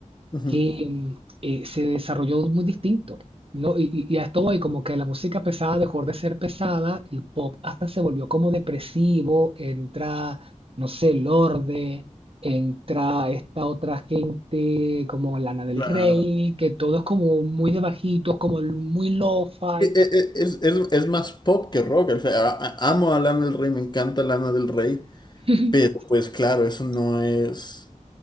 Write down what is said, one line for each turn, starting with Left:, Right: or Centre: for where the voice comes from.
Left: Ujú,
Right: que mm, eh, se desarrolló muy distinto, ¿no? Y, y, y a esto voy, como que la música pesada dejó de ser pesada, el pop hasta se volvió como depresivo, entra, no sé, el Lorde, entra esta otra gente como Lana del
Left: Claro.
Right: Rey, que todo es como muy de bajito, como muy lo-fi.
Left: E- e- e- Es, es- es más pop que rock. o sea, a- a- amo a Lana del Rey, me encanta Lana del Rey,
Right: <laughs>
Left: pero pues claro, eso no es...